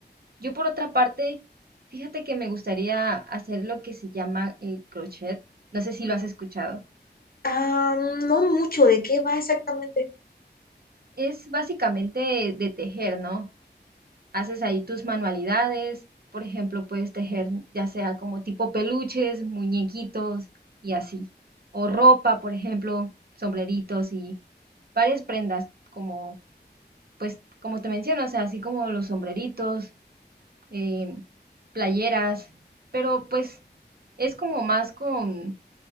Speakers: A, on the right; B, on the left.
A: Yo por otra parte, fíjate que me gustaría hacer lo que se llama el crochet. No sé si lo has escuchado.
B: Ah, no mucho, ¿de qué va exactamente?
A: Es básicamente de tejer, ¿no? haces ahí tus manualidades, por ejemplo, puedes tejer ya sea como tipo peluches, muñequitos y así, o ropa, por ejemplo, sombreritos y varias prendas como, pues, como te menciono, o sea, así como los sombreritos, eh, playeras, pero pues es como más con